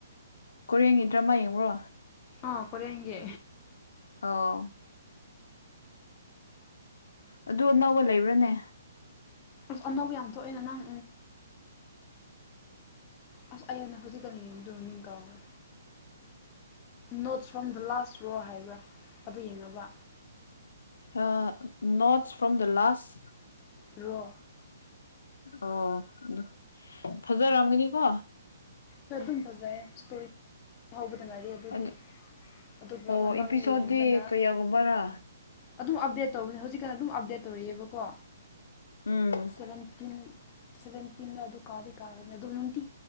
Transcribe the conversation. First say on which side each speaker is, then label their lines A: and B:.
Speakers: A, on the left; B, on the left.
A: ꯀꯣꯔꯤꯌꯥꯟꯒꯤ ꯗ꯭ꯔꯃꯥ ꯌꯦꯡꯕ꯭ꯔꯣ
B: ꯑꯥ ꯀꯣꯔꯤꯌꯥꯟꯒꯤ
A: ꯑꯣ ꯑꯗꯨ ꯑꯅꯧꯕ ꯂꯩꯕ꯭ꯔꯥꯅꯦ
B: ꯑꯁ ꯑꯅꯧꯕ ꯌꯥꯝ ꯊꯣꯛꯑꯦꯅ ꯅꯪ ꯑꯁ ꯑꯩꯅ ꯍꯧꯖꯤꯛꯇꯪ ꯌꯦꯡꯒꯤꯕꯗ‌ꯣ ꯃꯃꯤꯡ ꯀꯥꯎꯈ꯭ꯔꯦ ꯅꯣꯠꯁ ꯐ꯭ꯔꯣꯝ ꯗ ꯂꯥꯁ ꯔꯣ ꯍꯥꯏꯕ꯭ꯔꯥ ꯑꯗꯨ ꯌꯦꯡꯔꯕ
A: ꯑꯥ ꯅꯣꯠꯁ ꯐ꯭ꯔꯣꯝ ꯗꯥ ꯂꯥꯁ
B: ꯔꯣ
A: ꯑꯣ ꯗꯨ ꯐꯖꯔꯝꯒꯅꯤꯀꯣ
B: ꯈꯔ ꯗꯨꯝ ꯐꯖꯩꯌ‌ꯦ ꯏꯁꯇꯣꯔꯤ ꯍꯧꯕꯗ ꯉꯥꯏꯔꯤ ꯗꯨꯗꯤ
A: ꯑꯗꯨ
B: ꯑꯗꯨꯒ
A: ꯑꯣ
B: ꯃꯃꯥꯡꯗ
A: ꯏꯄꯤꯁꯣꯠꯗꯤ
B: ꯌꯦꯡꯕꯅ
A: ꯀꯌꯥꯒꯨꯝꯕꯔꯥ
B: ꯑꯗꯨ ꯑꯞꯗꯦꯠ ꯇꯧꯕꯅꯦ ꯍꯧꯖꯤꯛꯀꯥꯟ ꯑꯗꯨꯝ ꯑꯞꯗꯦꯠ ꯇꯧꯔꯛꯑꯦꯕꯀꯣ
A: ꯎꯝ
B: ꯋ‌ꯦꯟꯇꯤꯟ ꯁꯚꯦꯟꯇꯤꯟꯔ ꯑꯗꯨ ꯀꯥꯎꯗꯤ ꯀꯥꯎꯕꯅꯦ ꯑꯗꯨꯝ ꯅꯨꯡꯇꯤ